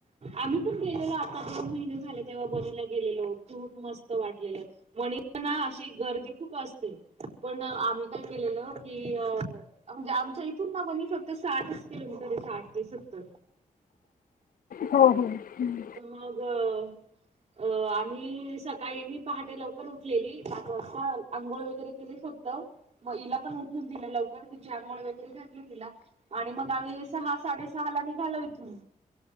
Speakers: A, on the right; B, on the left.
A: आम्ही पण गेलेलो आता दोन महिने झाले तेव्हा बनीला गेलेलो खूप मस् वाटलेलं. मणी ना अशी गर्दी खूप असते पण आम्ही काय केलेलं की अ म्हणजे आमच्या इथून ना बणी फक्त साठच किलो मीटर साठ ते सत्तर
B: हो हो हम्म.
A: त मगं अ आम्ही सकाळी मी पहाटे लवकर उठलेली पाच वाजता आंघोळ वगैरे केली फक्त मग हिला पण उठून दिला लवकर तिची अंघोळ वगैरे घातली तिला आणि मग आम्ही सहा साडे सहाला निघालो इथून